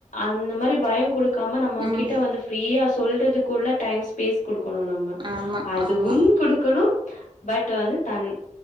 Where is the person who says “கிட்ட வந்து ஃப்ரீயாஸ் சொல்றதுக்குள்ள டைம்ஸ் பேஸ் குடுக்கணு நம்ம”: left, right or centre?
Left